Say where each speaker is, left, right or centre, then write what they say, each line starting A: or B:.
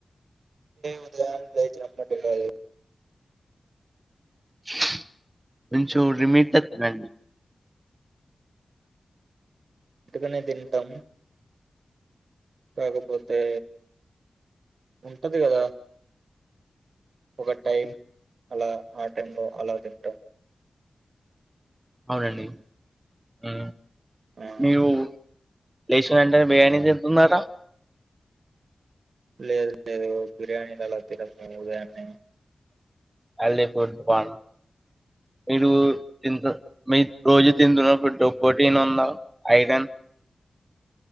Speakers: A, on the right; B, on the right.
A: ఉదరాణయితే అమ్మా కా
B: సు కొంచెం లిమిట్ ల తినండి
A: ఇటుకనే తింటాము కాకపోతే ఉంటది గద ఒక టైమ్ అల ఆ టైమ్ లో అలా తింటాం
B: అవునండి ఆ
A: ఆ
B: మీవు లేచిన వెంటనే బిర్యాని తింటున్నారా
A: లేదు లేదు బిర్యానీలు అల తినం మేం ఉదయానే
B: హల్ళీ ఫుడ్ వన్ మీరు తి మీ మీరూ రోజు తింటున్న ఫుడ్ ప్రోటీన్ ఉందా ఐరన్